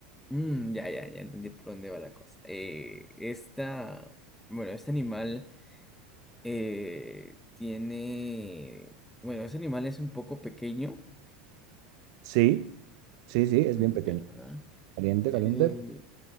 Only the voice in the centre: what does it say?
Mm, ya, ya, ya entendí por dónde va la cosa. Eh, esta, bueno, este animal eh, tiene, bueno, ese animal es un poco pequeño.
Mm,
Ya. ¿verdad?
Eh,